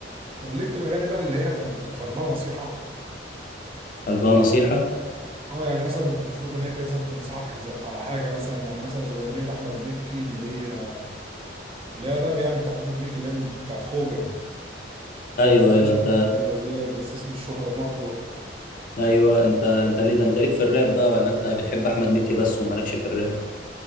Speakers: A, on the right; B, on the left.
A: طب ليك في الاغاني بقى اللي هي في قلب بتكون في قلبها نصيحه
B: قلبها نصيحة
A: اه يعني مثلا بتكون في اغنيه كده مثلا تنصحك حز- على حاجه مثلا يعني مثلا زي اغنيه احمد مكي اللي هي اللي هي راب يعني بتاعت احمد مكي اللي هي بي- بتاعت خوجه
B: أيوه أيوه
A: اسمه
B: أنت
A: من الغزال بس اسم الشهره بمطوه
B: أيوه أنت أنت ليه ده أنت ليك في الراب بقى ولا أنت بتحب أحمد مكي بس ومالكش في الراب